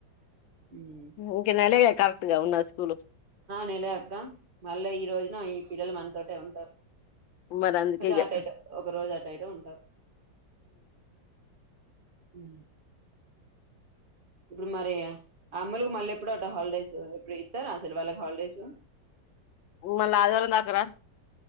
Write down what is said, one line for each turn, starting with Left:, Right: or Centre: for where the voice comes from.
Right: ఉమ్
Left: ఇంక నెల్లే కరెక్ట్ గా ఉందా స్కూల్
Right: నెలే అక్క మళ్ళా ఈ రోజున ఆ పిల్లలు మనతోటే ఉంటారు
Left: మరి అందుకే
Right: కొంచె
Left: ఇగ
Right: అటో ఇటో ఒక రోజు అటో ఇటో ఉంటాది ఉ ఇప్పుడు మరి అమ్ములు మళ్ళీ ఎప్పుడట హాలిడేస్ ఇప్పుడు ఇస్తారా అసలు వాళ్ళకి హాలిడేస్
Left: ఉ మళ్ళా ఆదివారం వరక రా